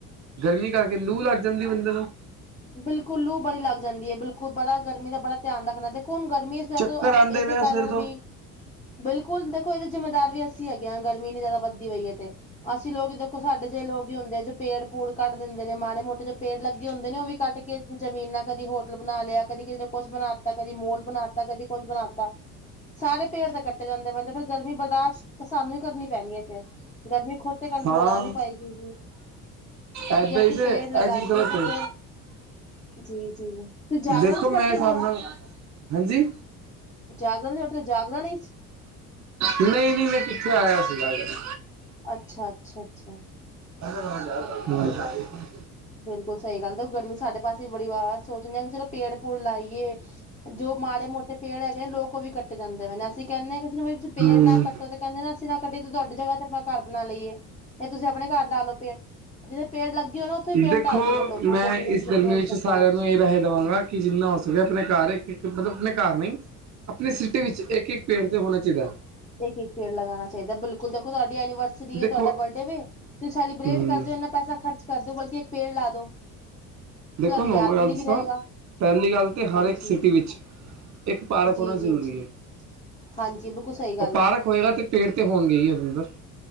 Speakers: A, on the right; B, on the left.
A: ਗਰਮੀਂ ਕਰਕੇ ਲੂ ਲੱਗ ਜਾਂਦੀ ਬੰਦੇ ਨੂੰ।
B: ਬਿਲਕੁੱਲ ਲੂ ਬੜੀ ਲੱਗ ਜਾਂਦੀ ਏ, ਬਿਲਕੁ ਬੜਾ ਗਰਮੀਂ ਦਾ ਬੜਾ ਧਿਆਨ ਰੱਖਣਾ ਹੁਣ ਗਰਮੀ ਆ
A: ਚੱਕਰ
B: ਤੇ
A: ਆਉਂਦੇ
B: ਇਹਦੇ
A: ਪਏ
B: ਕਾਰਨ
A: ਸਿਰ ਤੋਂ
B: ਵੀ, ਬਿਲਕੁੱਲ ਦੇਖੋ ਇਹਦੇ ਜ਼ਿੰਮੇਦਾਰ ਵੀ ਅਸੀਂ ਅਸੀਂ ਹੈਗੇ ਆ, ਗਰਮੀ ਇਨੀ ਜ਼ਿਆਦਾ ਵੱਧਦੀ ਪਈ ਤੇ। ਅਸੀਂ ਲੋਕ ਈ ਦੇਖੋ ਸਾਡੇ ਜਿਹੇ ਲੋਕ ਈ ਹੁੰਦੇ, ਜੋ ਪੇੜ-ਪੂੜ ਕੱਢ ਦਿੰਦੇ ਨੇ, ਮਾੜੇ-ਮੋਟੇ ਜੋ ਪੇੜ ਲੱਗੇ ਹੁੰਦੇ ਨੇ ਉਹ ਵੀ ਕੱਟ ਕੇ ਜ਼ਮੀਨਾਂ, ਕਦੀ ਹੋਟਲ ਬਣਾ ਲਿਆ, ਕਦੀ ਕਿਸੇ ਨੇ ਕੁੱਛ ਬਣਾਤਾ, ਕਦੀ ਮੋਲ ਬਣਾਤਾ, ਕਦੀ ਕੁੱਛ ਬਣਾਤਾ। ਸਾਰੇ ਪੇੜ ਤੇ ਕੱਟੇ ਜਾਂਦੇ ਪਏ, ਫਿਰ ਗਰਮੀਂ ਬਰਦਾਸ਼ਤ ਸਾਨੂੰ ਈ ਕਰਨੀ ਪੈਣੀ ਏ ਫੇਰ, ਗਰਮੀਂ ਖੁਦ ਤੇ ਕੰਟਰੋਲ
A: ਹਾਂ।
B: ਆ ਨੀ ਪਾਏਗੀ ਜੀ।
A: ਏਦਾਂ
B: ਜੇ ਅਸੀੇ
A: ਹੀ ਤੇ
B: ਪੇੜ
A: ਇਹ
B: ਲਗਾਈਏ
A: ਚੀਜ਼ ਗਲਤ
B: ਤੇ ਫਿਰ
A: ਹੈ।
B: ਜੀ-ਜੀ, ਤੁਸੀਂ ਜਾਗਰਣ
A: ਦੇਖੋ
B: 'ਚ
A: ਮੇਰੇ
B: ਬੈਠੇ
A: ਹਿਸਾਬ
B: ਜੇ?
A: ਨਾਲ ਹਾਂਜੀ
B: ਜਾਗਰਣ ਮੇ ਬੇਠੇ, ਜਾਗਰਣ 'ਚ।
A: ਨਹੀਂ-ਨਹੀਂ ਮੈਂ ਕਿੱਥੇ ਆਇਆ ਸੀਗਾ। ਜ਼ਰੀ
B: ਅੱਛਾ-ਅੱਛਾ-ਅੱਛਾ।
A: ਹ <unintelligible>
B: ਬਿਲਕੁੱਲ ਸਹੀ ਗੱਲ, ਦੇਖੋ ਗਰਮੀਂ ਸਾਡੇ ਪਾਸੇ ਵੀ ਬੜੀ ਵਾਹਵਾ, ਸੋਚਨੇ ਆ ਕਿ ਚਲੋ ਪੇੜ-ਪੂੜ ਲਾਈਏ। ਜੋ ਮਾੜੇ-ਮੋਟੇ ਪੇੜ ਹੈਗੇ ਨੇ, ਲੋਕ ਉਹ ਵੀ ਕੱਟੀ ਜਾਂਦੇ ਵੇ, ਅਸੀਂ ਕਹਿੰਨੇ ਵੀ ਤੁਸੀਂ ਪੇੜ
A: ਹਮ।
B: ਨਾ ਕੱਟੋ ਤੇ ਕਹਿੰਦੇ ਨੇ ਅਸੀਂ ਤੇ ਕਦੇ ਦੀ ਤੁਹਾਡੀ ਜਗ੍ਹਾ ਤੇ ਮੈਂ ਘਰ ਬਣਾ ਲਈਏ, ਫੇਰ ਤੁਸੀਂ ਆਪਣੇ ਘਰ ਲਾ ਲੋ ਪੇੜ। ਜਿਵੇਂ ਪੇੜ ਲੱਗੇ ਹੋਏ ਨੇ ਉੱਥੇ ਪੇੜ
A: ਦੇਖੋ,
B: ਹਟਾ ਦਿੰਦੇ ਨੇ ਲੋਕੀ
A: ਮੈਂ
B: ਜ਼ਮੀਨ
A: ਇਸ ਗਰਮੀ 'ਚ
B: ਚੱਕਰਾਂ
A: ਸਾਰਿਆਂ ਨੂੰ ਇਹ ਰਹਿ ਦੇਵਾਂਗਾ ਕਿ ਜਿੰਨਾ ਹੋ ਸਕੇ, ਆਪਣੇ ਘਰ ਇੱਕ-ਇੱਕ ਮਤਲਬ ਆਪਣੇ ਘਰ ਨਹੀਂ, ਆਪਣੀ ਸਿਟੀ ਵਿੱਚ ਇੱਕ-ਇੱਕ ਪੇੜ ਤੇ ਹੋਣਾ ਚਾਹੀਦਾ।
B: ਇੱਕ-ਇੱਕ ਪੇੜ ਲਗਾਣਾਂ ਚਾਹੀਦਾ ਬਿਲਕੁਲ ਦੇਖੋ ਤੁਹਾਡੀ ਐਨੀਵਰ ਸਰੀ ਏ,
A: ਦੇਖੋ
B: ਤੁਹਾਡਾ ਬਡੇ ਵੇ, ਤੁਹੀ ਸੈਲੀਬ੍ਰੇਟ
A: ਹਮ
B: ਕਰਦੇ ਓ, ਇਨਾ ਪੈਸਾ ਖ਼ਰਚ ਕਰਦੇ ਹੋ, ਬਲਕਿ ਇੱਕ ਪੇੜ ਲਾ ਦੋ।
A: ਦੇਖੋ
B: ਤੁਹਾਡੀ
A: ਮੈਂ
B: ਯਾਦਗਿਰੀ
A: ਗੱਲ ਦੱਸਾਂ,
B: ਵੀ ਰਹੇਗਾ
A: ਪਹਿਲੀ ਗੱਲ ਤੇ ਹਰ
B: ਹਾਂਜੀ
A: ਇੱਕ ਸਿਟੀ
B: ਹਾਂ,
A: ਵਿੱਚ ਇੱਕ ਪਾਰਕ
B: ਜੀ
A: ਹੋਣਾ
B: ਜੀ
A: ਜ਼ਰੂਰੀ
B: ਜੀ
A: ਏ।
B: ਹਾਂਜੀ, ਬਿਲਕੁਲ ਸਹੀ ਗੱਲ
A: ਉਹ ਪਾਰਕ
B: ਹੈ।
A: ਹੋਏਗਾ ਤੇ ਪੇੜ ਤੇ ਹੋਣਗੇ ਈ ਅੰਦਰ।